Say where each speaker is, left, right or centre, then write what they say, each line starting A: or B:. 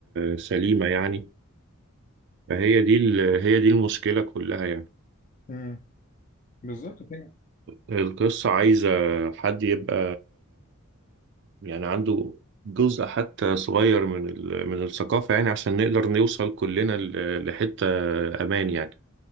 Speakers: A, on the right; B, on the left.
A: سليمة يعني فهي دي ال- هي دي المشكلة كلها
B: امم بالظبط في
A: يعني القصة عايزة حد يبقى يعني عنده جزء حتى صغير من ال... من الثقافة يعني عشان نقدر نوصل كلنا ل... لحتة أمان يعني